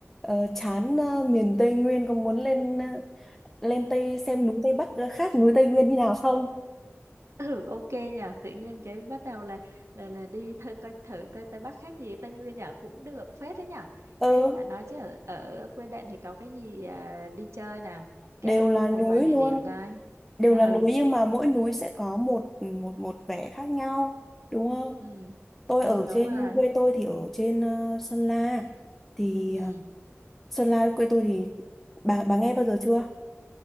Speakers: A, in the centre; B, on the right.
A: ờ, chán ờ, miền Tây Nguyên có muốn lên ờ, lên Tây xem núi Tây Bắc ờ, khác núi Tây Nguyên như nào không?
B: ừ ok nha. Tự nhiên cái bắt đầu là là là đi thử coi thử coi Tây Bắc khác gì Tây Nguyên nhở cũng được phết đấy nhở.
A: Ừ,
B: Em mà nói chứ ở, ở quê bạn thì có cái gì à, đi chơi nào? Kể
A: đều là
B: tôi một
A: núi
B: vài địa
A: luôn.
B: điểm coi.
A: Đều
B: Ừ,
A: là núi nhưng mà mỗi núi sẽ có một một một vẻ khác nhau, đúng không?
B: ừ,
A: Tôi
B: ừ
A: ở
B: đúng
A: trên
B: rồi.
A: quê tôi thì ở trên ờ, Sơn La thì
B: Ừ,
A: ờ, Sơn La quê tôi thì bà bà nghe bao giờ chưa?